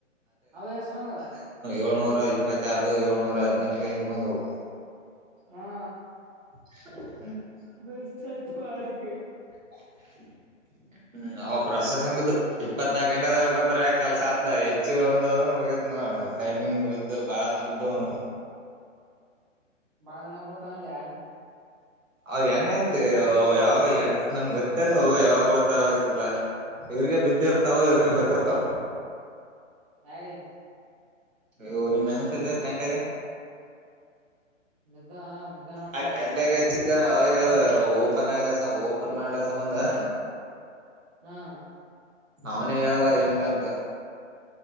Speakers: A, on the right; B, on the right.
A: ಅವು ಎಷ್ಟು ಬಂದವ
B: ಏಳ್ನೂರ ಇಪ್ಪತ್ತರಡು ಏಳ್ನೂರ ಹದ್ನೆಂಟು ಹಿಂಗ ಬಂದವು
A: ಹಾ
B: ಹ <unintelligible>
A: <unintelligible>
B: <inaudible> ಹ್ಮ್ ಅವ್ ಪ್ರಸ್ತ ಸಂಘದ ಇಪ್ಪತ್ ನಾಕ ಗಂಟೆದಾಗ ಬಂದರಾಯ್ತು ಕೆಲ್ಸ ಅ ಹೆಚ್ಚಿಗೆ ಬಂದ್ ಅಂದ್ರ ಮುಗಿತ್ ನೋಡ ಟೈಮಿಂಗ್ ಬಿದ್ದು ಬಾತ್ ಬಿದ್ದು ಅಂದ್ರ
A: ಬಾಳ ದಿನ ಬರ್ತವಂದೆ
B: ಅವ್ ಹೆಂಗಂತ ಯಾವಾಗ ನಂಗಗೆ ಗೊತ್ತಲ್ಲವು
A: ಹ
B: ಯಾವಾಗ್ ಬತ ಇಲ್ಲ ಇವ್ರಿಗೆ ಬಿದ್ದಿರ್ತಾವ ಇವ್ರಿಗೆ ಗೊತ್ತಿರ್ತಾವ
A: ಯಾರಿಗೆ
B: ಓ ನಿಮ್ಮ್ ಮೇನಕಾ ಗ ಕಾಂಡ್ಯಾಗ
A: ಬಿದ್ದ ಬಿದ್ದ ನೋಡವ್ರಿ
B: ಆ ಕಂಡಾಗ ಹಚ್ಚಿದ್ದೇನೆ ಅವಾಗದ ಓಪನ್ ಆಗಸ ಓ ಓಪನ್ ಮಾಡ ಸಂಬಂಧ ಹ
A: ಹಾ
B: ಅವನೇ ಹೇಳ್ದ ಹಿಂಗಂತ